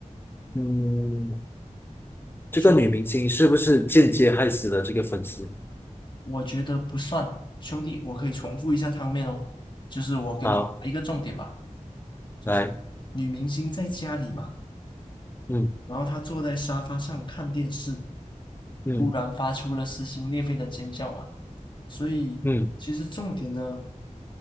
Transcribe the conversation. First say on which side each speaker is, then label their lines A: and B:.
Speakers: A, on the left; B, on the left.
A: 嗯，这个女明星是不是间接害死了这个粉丝？
B: 兄弟，我觉得不算。兄弟，我可以重复一下汤面哦，就是我跟你划一个重点吧，
A: 好，
B: 就是女明星在家里嘛，
A: 来，嗯
B: 然后她坐在沙发上看电视，
A: 嗯
B: 忽然发出了撕心裂肺的尖叫嘛。所以其实重点呢。
A: 嗯，